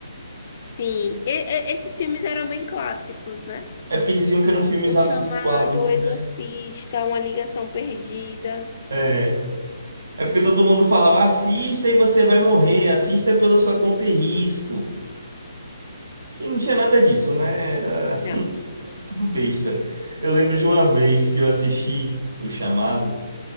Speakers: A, on the left; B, on the right.
A: Sim, e- e- esses filmes eram bem clássicos, né?
B: É porque diziam que eram filmes
A: O
B: amaldiçoados,
A: chamado O Exorcista,
B: né?
A: Uma Ligação Perdida.
B: É. É porque todo mundo falava, assista e você vai morrer, assista pela sua conta e risco. E não tinha nada disso, né? Era <laughs>
A: Não.
B: tudo besta. Eu lembro de uma vez que eu assisti o chamado.